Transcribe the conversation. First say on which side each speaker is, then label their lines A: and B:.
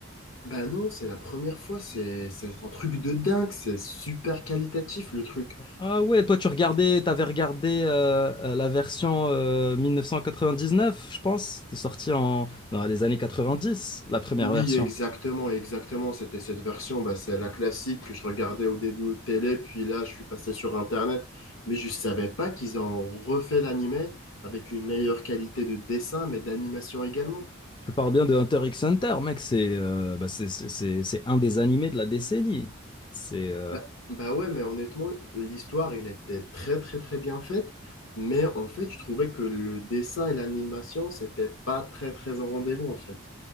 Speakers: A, on the left; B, on the left.
A: Bah non, c'est la première fois, c'est c'est un truc de dingue, c'est super qualitatif le truc.
B: Ah ouais, toi tu regardais, t'avais regardé euh, euh, la version euh, 1999, je pense. C'était sorti en dans les années 90, la première
A: Oui,
B: version.
A: exactement, exactement, c'était cette version, bah, c'est la classique que je regardais au début au télé, puis là je suis passé sur Internet, mais je savais pas qu'ils ont refait l'animé avec une meilleure qualité de dessin, mais d'animation également.
B: Je parle bien de Hunter x Hunter, mec. C'est euh, bah, c'est c'est- c'est- c'est un des animés de la décennie. C'est euh,
A: Bah, bah ouais, mais honnêtement, l'histoire, elle était très, très, très bien faite. Mais en fait, je trouvais que le dessin et l'animation, c'était pas très, très en rendez-vous, en fait.